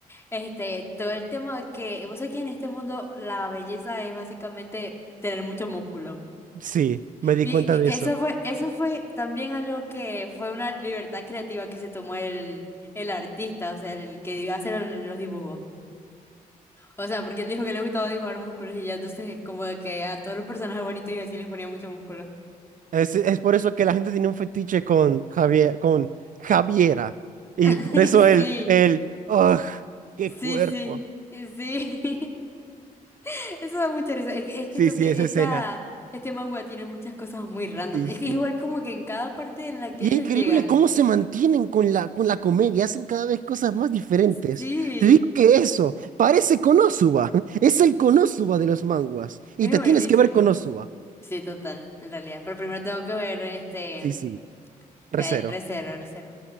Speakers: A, on the left; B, on the right.
A: este, todo el tema que, vos sabés que en este mundo la belleza es básicamente tener mucho músculo.
B: Sí, me di
A: Y
B: cuenta
A: e,
B: de
A: eso
B: eso.
A: fue, eso fue también algo que fue una libertad creativa que se tomó el, el artista, o sea, el que iba a hacer el- los dibujos. O sea, porque él dijo que le gustaba dibujar músculos y ya entonces es como de que a todos los personajes bonitos y así les ponía mucho músculo.
B: Es, es por eso que la gente tiene un fetiche con Javier, con Javiera. Y
A: <laughs>
B: por
A: Y
B: eso
A: Sí,
B: el, el, ugh, qué
A: sí,
B: cuerpo.
A: sí, y sí. <laughs> Eso da mucha risa. Es que, es que
B: Sí,
A: esto,
B: sí,
A: tie-
B: esa
A: esta,
B: escena.
A: este manga tiene muchas cosas muy random.
B: Sí,
A: Es
B: sí.
A: que igual como que en cada parte en la que
B: Y
A: ellos
B: es increíble
A: llegan.
B: cómo se mantienen con la, con la comedia, hacen cada vez cosas más diferentes.
A: Sí,
B: Te digo que eso, parece Konosuba, <laughs> es el Konosuba de los manguas. Y
A: es
B: te
A: buenísimo.
B: tienes que ver Konosuba.
A: Sí, total, en realidad. Pero primero tengo que ver, este,
B: Sí,
A: o
B: sí, recero.
A: sea, recero, recero.